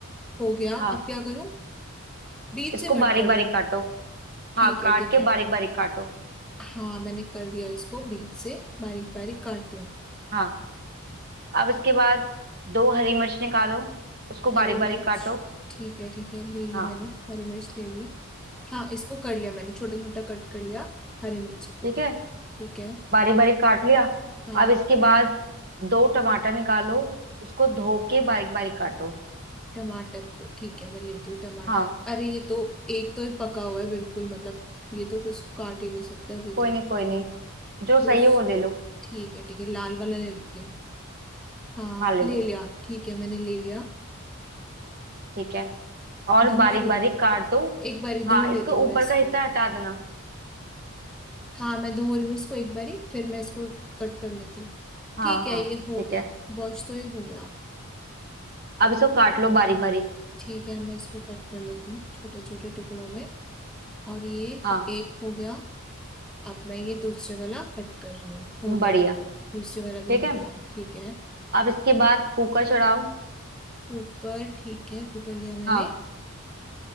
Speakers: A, in the centre; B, on the right.
A: हो गया
B: हाँ
A: अब क्या करूँ बीच
B: इसको
A: से कट
B: बारीक
A: कर
B: बारीक
A: दूँ
B: काटो हाँ
A: ठीक
B: काट
A: है ठीक
B: के
A: है
B: बारीक बारीक काटो
A: हाँ मैंने कर दिया इसको बीच से बारीक बारीक काट दिया
B: हाँ अब इसके बाद दो हरी मिर्च निकालो उसको
A: हरी
B: बारीक
A: मिर्च
B: बारीक काटो
A: ठीक है ठीक है ले ली
B: हाँ
A: मैंने हरी मिर्च ले ली हाँ इसको कर लिया मैंने छोटा छोटा कट कर लिया हरी मिर्च को
B: ठीक है
A: ठीक है
B: बारीक बारीक काट लिया
A: हाँ
B: अब इसके बाद दो टमाटर निकालो उसको धो के बारीक बारीक काटो
A: टमाटर को ठीक है मैं लेती हूँ टमाटर
B: हाँ
A: अरे ये तो एक तो ये पका हुआ है बिल्कुल मतलब ये तो कुछ काट ही नहीं सकते अभी
B: कोई
A: तो
B: नहीं कोई नहीं जो
A: दूस
B: सही है वो ले लो
A: ठीक है ठीक है लाल वाला ले लेती हूँ हाँ
B: हाँ ले
A: ले
B: लो
A: लिया ठीक है मैंने ले लिया
B: ठीक है और
A: धो
B: बारीक
A: रही हूँ
B: बारीक काट दो
A: एक बारी
B: हाँ
A: धो लेती
B: इसको
A: हूँ
B: ऊपर
A: मैं इसको
B: का हिस्सा हटा देना
A: हाँ मैं धो रही हूँ इसको एक बारी फिर मैं इसको कट कर लेती हूँ
B: हाँ
A: ठीक है
B: हाँ
A: ये
B: ठीक
A: हो गया
B: है
A: वॉश तो ये हो गया
B: अब इसको काट लो बारीक बारीक
A: ठीक है मैं इसको कट कर लेती हूँ छोटे छोटे टुकड़ों में और ये
B: हाँ
A: एक हो गया अब मैं ये दूसरे वाला कट कर रही हूँ हो गया
B: बढ़िया
A: दूसरे वाला भी
B: ठीक
A: हो
B: है
A: गया ठीक है
B: अब इसके बाद कुकर चढ़ाओ
A: कुकर ठीक है कुकर लिया मैंने
B: हाँ